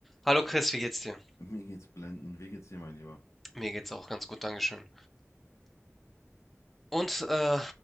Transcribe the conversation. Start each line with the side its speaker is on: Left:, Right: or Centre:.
Centre: Hallo Chris, wie geht's dir?
Left: Mir geht's blendend. Wie geht's dir, mein Lieber?
Centre: Mir geht's auch ganz gut, Dankeschön. Und äh,